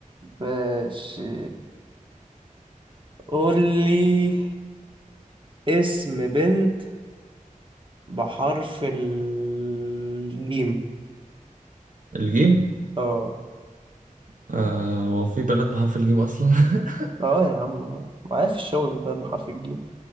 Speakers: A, on the right; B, on the right.
A: ماشي قول لي اسم بنت بحرف الجيم
B: الجيم
A: اه
B: آه هو في بنات بحرف الجيم اصلا <laughs>
A: اه يا عم آه. معايا في الشغل بنت بحرف الجيم